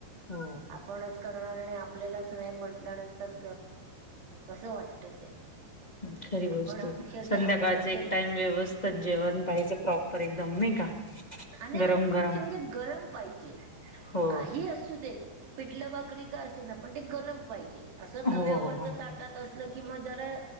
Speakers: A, on the left; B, on the right.
A: हो
B: आपणच करणार आपल्यालाच नाही. म्हटल्यानंतर कसं वाटत ते
A: खरी
B: आपण
A: गोष्ट
B: अक्षरशः
A: आहे संध्याकाळच
B: आपण अक्षर
A: एक टाइम व्यवस्थित जेवण पाहिजे प्रॉपर एकदम नाही का!
B: आणि आणि
A: गरम
B: ते मुख्य
A: गरम
B: म्हणजे गरम पाहिजे.
A: हो
B: काही असू देेत. पिटलं भाकरी का असेना पण ते गरम पाहिजे असं तव्यावरच
A: हो हो
B: ताटात घरात असलं की मग जरा